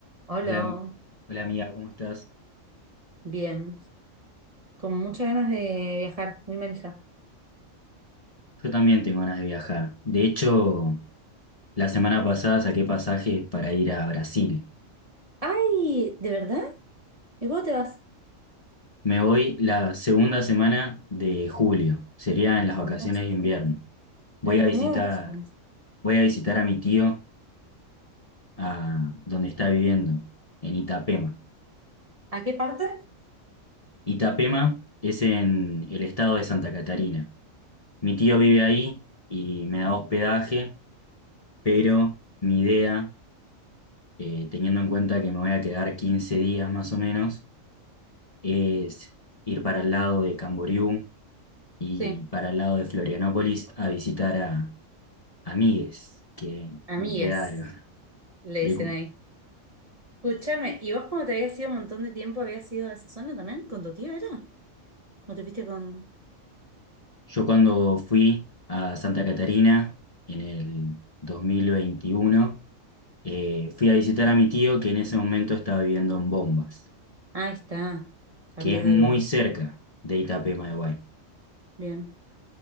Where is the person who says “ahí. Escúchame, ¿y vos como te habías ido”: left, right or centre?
Right